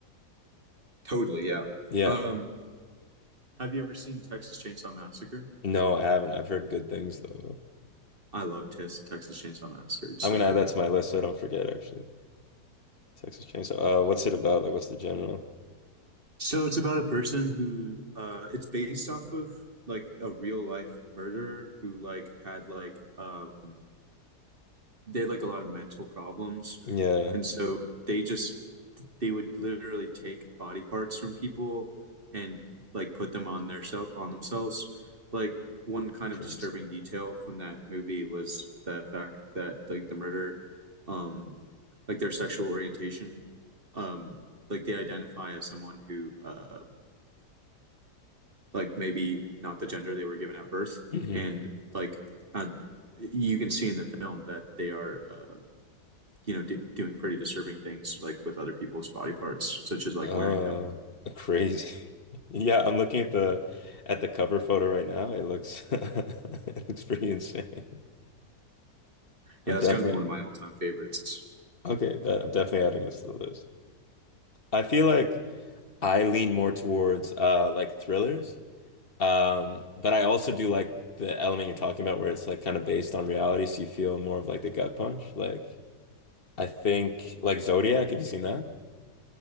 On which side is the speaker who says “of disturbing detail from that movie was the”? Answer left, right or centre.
Right